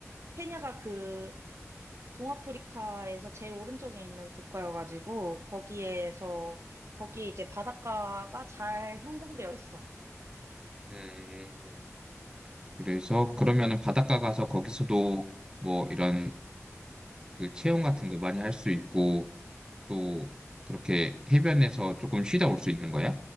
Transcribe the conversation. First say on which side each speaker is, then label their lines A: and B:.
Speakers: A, on the right; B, on the right.
A: 케냐가 그 동아프리카에서 제일 오른쪽에 있는 국가여가지고 거기에서 거기 이제 바닷가가 잘 형성되어 있어.
B: 음. 그래서 그러면은 바닷가 가서 거기서도 뭐 이런 그 체험 같은 거 많이 할 수 있고 또 그렇게 해변에서 조금 쉬다 올 수 있는 거야?